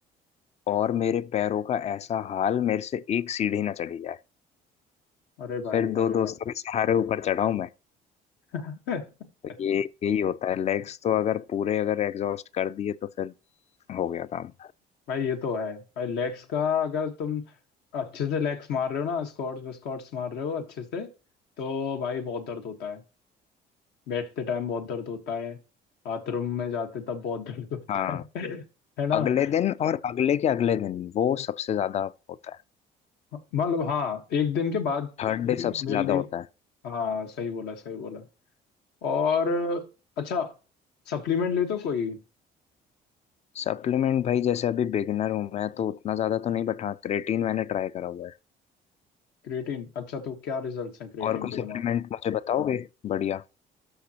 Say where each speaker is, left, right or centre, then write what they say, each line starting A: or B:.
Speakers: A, on the left; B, on the left.
A: और मेरे पैरों का ऐसा हाल मेरे से एक सीढ़ी ना चढ़ी जाए
B: अरे भाई
A: फिर दो
B: अरे
A: दोस्तों के सहारे ऊपर चढ़ा हूं मैं
B: भाई
A: तो
B: <laughs>
A: ये यही होता है लेग्स तो अगर पूरे अगर एग्जॉस्ट कर दिए तो फिर हो गया काम
B: भाई ये तो है भाई लेग्स का अगर तुम अच्छे से लेग्स मार रहे हो ना स्क्वाट्स विस्क्वाट्स मार रहे हो अच्छे से तो भाई बहुत दर्द होता है बैठते टाइम बहुत दर्द होता है बाथरूम में जाते तब बहुत <laughs> दर्द होता
A: हाँ
B: है <laughs> है ना
A: अगले दिन
B: तो
A: और अगले के अगले दिन वो सबसे ज्यादा होता है
B: मतलब हाँ एक दिन के बाद
A: थर्ड डे सबसे
B: मेरे
A: ज्यादा
B: लिए
A: होता है
B: हाँ सही बोला सही बोला और अच्छा सप्लीमेंट लेते हो कोई
A: सप्लीमेंट भाई जैसे अभी बिगिनर हूं मैं तो उतना ज्यादा तो नहीं बट हाँ क्रेटीन मैंने ट्राई करा हुआ है
B: क्रिएटिन अच्छा तो क्या रिजल्ट्स हैं क्रिएटिन
A: और कोई
B: के
A: सप्लीमेंट
B: तुम्हारे
A: मुझे बताओगे बढ़िया